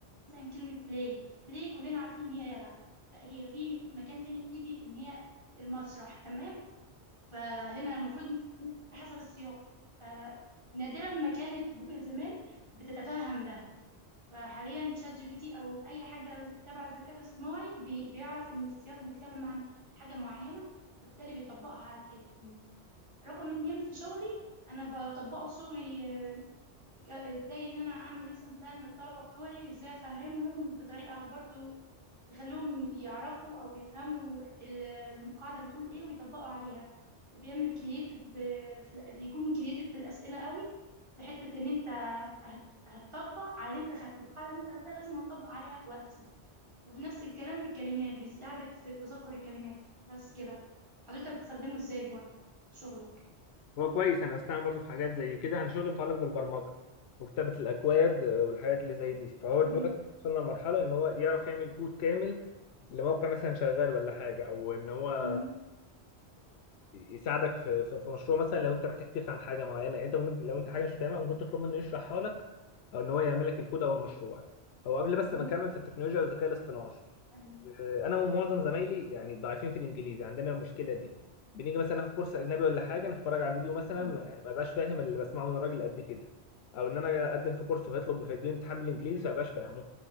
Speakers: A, on the right; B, on the left.
A: مثلا كلمة بلاي بلاي كلنا عارفين هي يلعب لا هي في مكان تاني بتيجي إن هي المسرح تمام فهنا المفروض حسب السياق فنادرا ما كانت جوجل زمان بتتفهم ده فحاليا شات جي بي تي أو أي حاجة تبع الذكاء الاصطناعي بي- بيعرف إن السياق بيتكلم عن حاجة معينة فبالتالي بيطبقها على كده رقم اتنين في شغلي انا بطبقه في شغلي آه، ك- ازاي ان انا اعمل ليسون بلان للطلبه بتوعي وازاي افهمهم بطريقه برضو تخليهم يعرفوا او يفهموا ال- القاعده بتقول ايه ويطبقوا عليها وبيعمل كرييتيف بيكون كرييتيف في الاسئله قوي في حته ان انت هت- هتطبق على اللي انت خدته القاعده اللي انت خدتها لازم هتطبق عليها وقتي وفي نفس الكلام في الكلمات بيساعدك في تذكر الكلمات بس كده حضرتك بتستخدمه ازاي برضو في شغلك
B: هو كويس انا بستعمل برضه في حاجات زي كده انا شغلي متعلق بالبرمجه وكتابه الاكواد آه، والحاجات اللي زي دي فهو
A: مهم.
B: دلوقتي وصلنا لمرحله ان هو يعرف يعمل كود كامل لموقع مثلا شغال ولا حاجه او ان هو
A: مم.
B: يساعدك في في في مشروع مثلا لو انت محتاج تفهم حاجه معينه يعني انت ممكن- لو انت حاجه مش فاهمها ممكن تطلب منه يشرحها لك او ان هو يعمل لك الكود او المشروع هو قبل بس
A: مم.
B: ما اكمل في التكنولوجيا والذكاء الاصطناعي
A: طيب.
B: آه، انا ومعظم زمايلي يعني ضعيفين في الانجليزي عندنا المشكله دي بنيجي مثلا ناخد كورس اجنبي ولا حاجه نتفرج على فيديو مثلا
A: مم.
B: يعني ما بقاش فاهم اللي بسمعه من الراجل قد كده او ان انا اقدم في كورس فيطلب فيديني امتحان بالانجليزي فما بقاش فاهمه